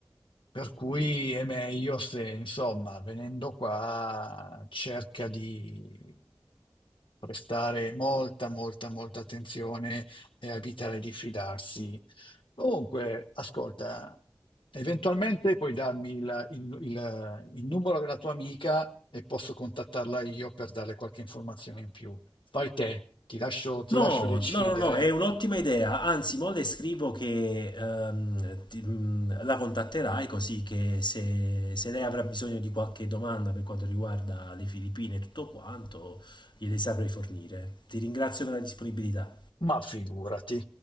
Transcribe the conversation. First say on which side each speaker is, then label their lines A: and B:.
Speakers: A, on the left; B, on the left.
A: Per cui è meglio se, insomma, venendo qua, cerca di prestare molta, molta, molta attenzione e a evitare di fidarsi. Comunque, ascolta, eventualmente puoi darmi il, il- il- il numero della tua amica e posso contattarla io per darle qualche informazione in più. Fai te, ti lascio, ti
B: No,
A: lascio decidere,
B: no, no, no, è un'ottima idea. Anzi, mo le scrivo che ehm, ti- mh, la contatterai così che se, se lei avrà bisogno di qualche domanda per quanto riguarda le Filippine e tutto quanto, gliele saprai fornire. Ti ringrazio per la disponibilità.
A: ma figurati.